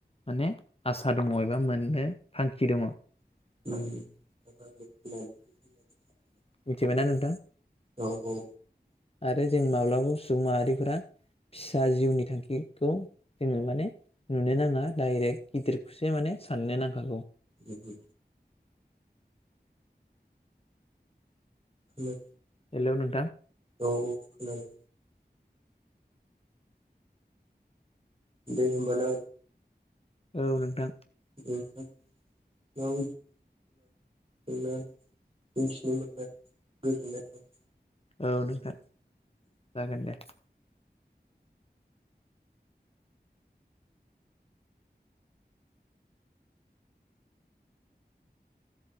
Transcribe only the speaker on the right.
<inaudible>
औ औ
उ उ हेलौ
औ औ खोनायो। दे होमबाना।
<unintelligible> मिथिनो मोननानै गोजोननाय थाबाय।